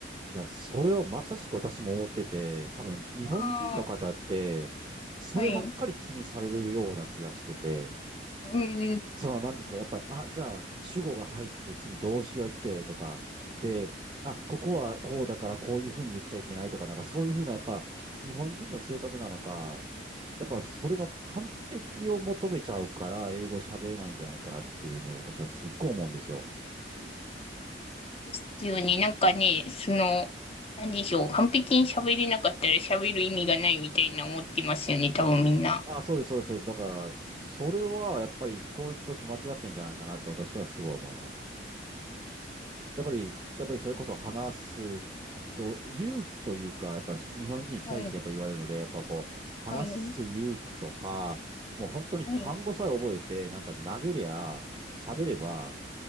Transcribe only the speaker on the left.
ああ、
はい。うんうん。
ですよね。なんかね、その、なんでしょう。完璧に喋れなかったら喋る意味がないみたいな思ってますよね。多分みんな。
はい、
はい、
はい。